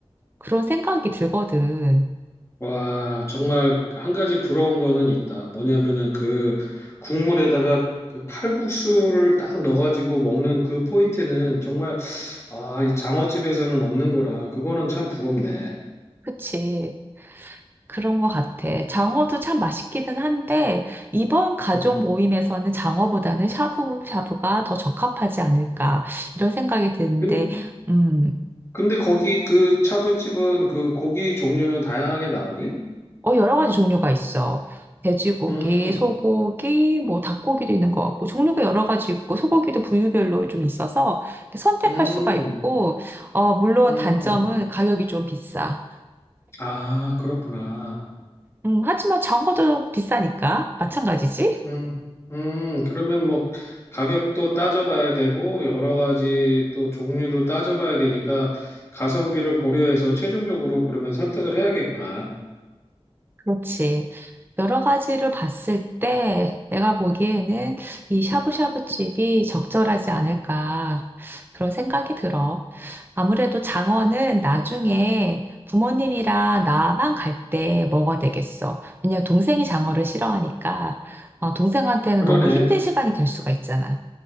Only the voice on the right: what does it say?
그런 생각이 들거든.
그치. 그런 것 같아. 장어도 참 맛있기는 한데, 이번 가족
모임에서는 장어보다는 샤브샤브가 더 적합하지 않을까, 이런 생각이 드는데,
음,
어, 여러 가지 종류가 있어. 돼지고기,
소고기, 뭐 닭고기도 있는 것 같고, 종류가 여러 가지 있고, 소고기도 부위별로 좀 있어서 선택할
수가 있고, 어, 물론
단점은 가격이 좀 비싸.
음, 하지만 장어도 비싸니까, 마찬가지지?
그렇지. 여러 가지를 봤을 때 내가 보기에는 이 샤브샤브 집이 적절하지 않을까 그런 생각이 들어. 아무래도 장어는 나중에 부모님이랑 나만 갈 때 먹어야 되겠어. 왜냐면 동생이 장어를 싫어하니까 어, 동생한테는
너무 힘든 시간이 될 수가 있잖아.